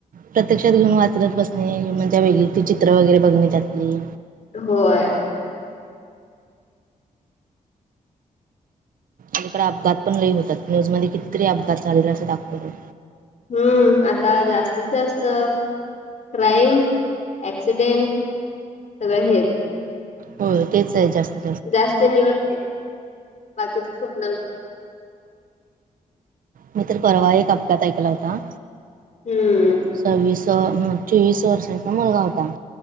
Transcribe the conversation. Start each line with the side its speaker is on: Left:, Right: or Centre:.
Right: प्रत्यक्षात घेऊन वाचत बसणे म्हणजे वेगळी त चित्र वगैरे बघणी जातली
Left: होय
Right: अकडे अपघात पण ल होतात न्यूज मध्ये कितीतरी अपघात झालेला असं दाखवत होत
Left: हम्म. आता जास्तीत जास्त क्राईम, ॲक्सिडेंट सगळं हेच.
Right: होय, तेच हाय जास्त.
Left: जास्त <unintelligible> बाकीच <unintelligible>
Right: मी तर परवा एक अपघात ऐकला होता.
Left: हम्म.
Right: सव्वीस ह चोवीस वर्षांचा मुलगा होता.